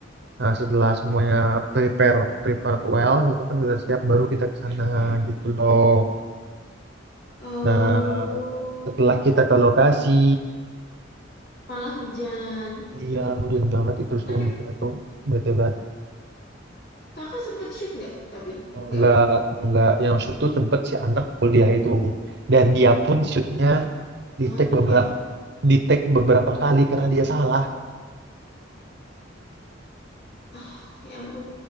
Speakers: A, on the right; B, on the left.
A: Nah, setelah semuanya
B: Mm-mm,
A: prepare prepared well gitu kan udah siap baru kita ke
B: mm-mm.
A: sana gitu loh.
B: Oh,
A: Nah, setelah kita ke lokasi
B: malah hujan.
A: Iya, hujan banget itu
B: Tapi
A: sumpah tuh. Bete banget.
B: kakak sempet shoot nggak? Tapi nggak.
A: Nggak, nggak yang shoot tuh sempet si anak kuliah itu. Dan dia pun shootnya di
B: Oh
A: take
B: anak
A: beberapa
B: yang
A: di take beberapa kali karena dia salah.
B: ah ya ampun